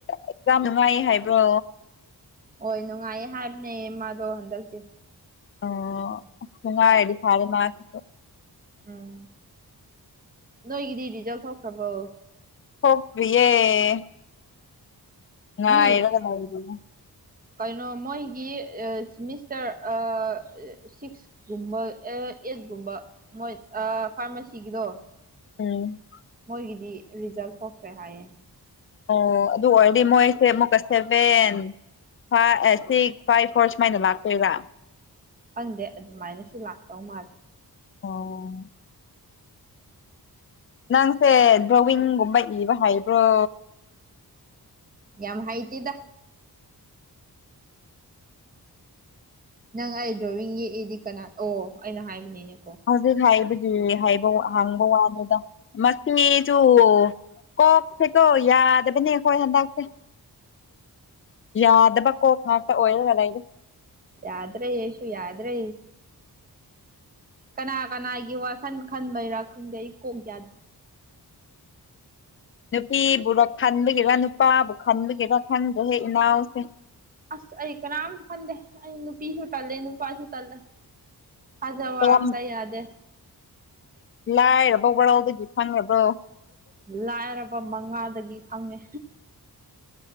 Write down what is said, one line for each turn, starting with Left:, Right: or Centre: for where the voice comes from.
Left: ꯑꯦꯛꯖꯥꯝ ꯅꯨꯡꯉꯥꯏ ꯍꯥꯏꯕ꯭ꯔꯣ
Right: ꯍꯣꯏ ꯅꯨꯡꯉꯥꯏꯌꯦ ꯍꯥꯏꯕꯅꯦ ꯃꯥꯗꯣ ꯍꯟꯗꯛꯇꯤꯥ
Left: ꯑꯣ ꯅꯨꯉꯤꯢꯔꯗꯤ ꯐꯔꯦ ꯃꯥꯗꯣ
Right: ꯎꯝ ꯅꯣꯏꯒꯤꯗꯤ ꯔꯤꯖꯜ ꯊꯣꯛꯈ꯭ꯔꯕꯣ
Left: ꯊꯣꯛꯇ꯭ꯔꯤꯌꯦ ꯉꯥꯢꯔꯒ
Right: ꯃꯤ
Left: ꯂꯩꯔꯤꯌꯦ
Right: ꯀꯩꯅꯣ ꯃꯣꯏꯒꯤ ꯑ ꯁꯤꯃꯤꯁꯇꯔ ꯑꯥ ꯁꯤꯛꯁꯀꯨꯝꯕ ꯑꯦꯁ ꯒꯨꯨꯝꯕ ꯃꯣꯏ ꯑꯥ ꯐꯥꯔꯃꯥꯁꯤꯒꯤꯗꯣ
Left: ꯎꯝ
Right: ꯑꯗꯨꯒꯤꯗꯤ ꯔꯤꯖꯜ ꯊꯣꯛꯈ꯭ꯔꯦ ꯍꯥꯏꯌꯦ
Left: ꯑꯣ ꯑꯗꯨ ꯑꯣꯏꯔꯦꯗꯤ ꯃꯣꯏꯁꯦ ꯑꯃꯨꯛ ꯀ ꯁꯕꯦꯟ ꯍꯥ ꯑꯦ ꯁꯤꯛꯁ ꯐꯥꯏꯚ ꯐꯣꯔ ꯁꯨꯃꯥꯏꯅ ꯂꯥꯛꯇꯣꯏꯒ
Right: ꯈꯪꯗꯦ ꯑꯗꯨꯃꯥꯏꯅꯁꯨ ꯂꯥꯛꯇꯧ ꯃꯥꯜꯂꯦ
Left: ꯑꯣ ꯅꯪꯁꯦ ꯗ꯭ꯔꯣꯋꯤꯡꯒꯨꯝꯕ ꯏꯕ ꯍꯩꯕ꯭ꯔꯣ
Right: ꯌꯥꯝ ꯍꯩꯇꯦꯗ ꯅꯪ ꯑꯩ ꯗ꯭ꯔꯣꯋꯤꯡꯒꯤ ꯌꯦꯛꯏꯗꯤ ꯀꯅꯥ ꯑꯣ ꯑꯩꯅ ꯍꯥꯏꯕꯅꯤꯅꯦ
Left: ꯍꯧꯖꯤꯛ ꯍꯥꯏꯕꯗꯤ ꯍꯥꯏꯕ ꯍꯪꯕ ꯋꯥꯗꯨꯗ ꯃꯁꯤꯁꯨ ꯀꯣꯛꯁꯦ ꯀꯣ ꯌꯥꯗꯕꯅꯦ ꯑꯈꯣꯏ ꯍꯟꯗꯛꯁꯦ ꯌꯥꯗꯕ ꯀꯣꯛ ꯉꯥꯛꯇꯥ ꯑꯣꯢꯔꯒ ꯂꯩꯔꯦ
Right: ꯌꯥꯗ꯭ꯔꯦ ꯑꯩꯁꯨ ꯌꯥꯗ꯭ꯔꯦ ꯀꯅꯥ ꯀꯅꯥꯒꯤ ꯋꯥꯈꯟ ꯈꯟꯕꯩꯔꯥ ꯈꯪꯗꯦ ꯑꯩ ꯀꯣꯛ ꯌꯥꯗ꯭ꯔꯦ
Left: <inaudible> ꯅꯨꯄꯤꯕꯨꯔ ꯈꯟꯕꯒꯤꯔ ꯅꯨꯄꯥꯕꯨ ꯈꯟꯕꯒꯤꯔ ꯈꯪꯗ꯭ꯔꯦ ꯍꯦ ꯏꯅꯥꯎꯁꯦ
Right: ꯑꯁ ꯑꯩ ꯀꯅꯥꯝ ꯈꯟꯗꯦ ꯑꯩ ꯅꯨꯄꯤꯁꯨ ꯇꯜꯂꯦ ꯅꯨꯄꯥꯁꯨ ꯇꯜꯂꯦ ꯊꯖꯥꯕ
Left: ꯀꯔꯝ
Right: ꯑꯝꯇ ꯌꯥꯗꯦ
Left: ꯂꯥꯏꯔꯕ ꯋꯥꯔꯥꯎꯗꯒꯤ ꯈꯪꯉꯕ꯭ꯔꯣ
Right: ꯂꯥꯏꯔꯕ ꯃꯉꯥꯜꯗꯒꯤ ꯈꯪꯉꯦ